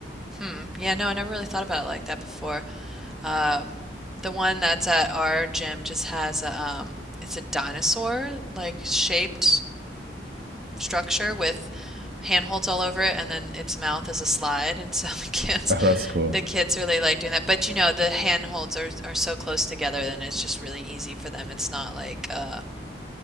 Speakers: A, in the centre; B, on the right (about 60°).
A: hmm. Yeah, no, I never really thought about it like that before. Um, the one that's at our gym just has a um, it's a dinosaur like shaped structure with handholds all over it and then its mouth is a slide and so <laughs> the kids
B: Oh, that's cool.
A: the kids really like doing that but you know the handholds are are so close together then it's just really easy for them it's not like uh